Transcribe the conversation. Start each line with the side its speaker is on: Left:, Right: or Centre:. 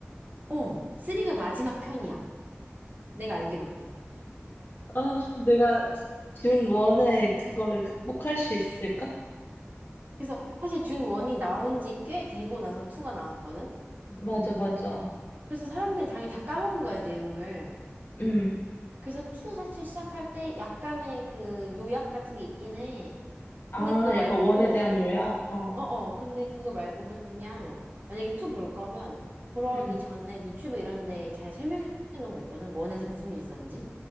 Right: 어, 쓰리가 마지막 편이야. 내가 알기로는.
Left: 아, 내가 준 원의 그거를 극복할 수 있을까?
Right: 그래서 사실 듄 원이 나온 지 꽤 되고 나서 투가 나왔거든?
Left: 맞아, 맞아.
Right: 그래서 사람들이 당연히 다 까먹은 거야, 내용을.
Left: 음,
Right: 그래서 투 사실 시작할 때 약간의 그 요약 같은 게 있긴 해.
Left: 아,
Right: 근데 그거 말고도,
Left: 약간 원에 대한 요약? 어,
Right: 어어, 근데 그거 말고도 그냥, 만약에 투 볼 거면, 보러 가기
Left: 음.
Right: 전에 유튜브 이런 데 잘 설명해 놓은 거 있거든? 원에서 무슨 일이 있었는지?